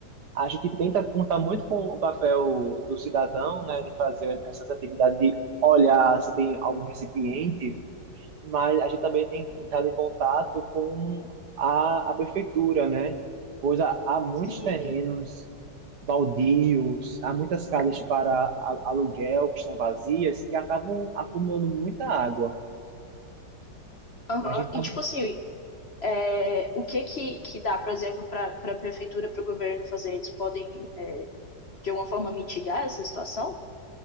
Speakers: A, on the right (about 65°); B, on the left (about 40°).
A: a gente tenta contar muito com o papel do cidadão, né, de fazer essas atividades de olhar se tem algum recipiente mas a gente também tem entrado em contato com a, a prefeitura, né? Pois há, há muitos
B: E,
A: terrenos baldios, há muitas casas para a- aluguel que estão vazias, que acabam acumulando muita água.
B: aham,
A: E a gente está
B: e tipo assim, É, o que, que que dá, por exemplo, para a prefeitura, para o governo fazer? Eles podem, é, de alguma forma, mitigar essa situação?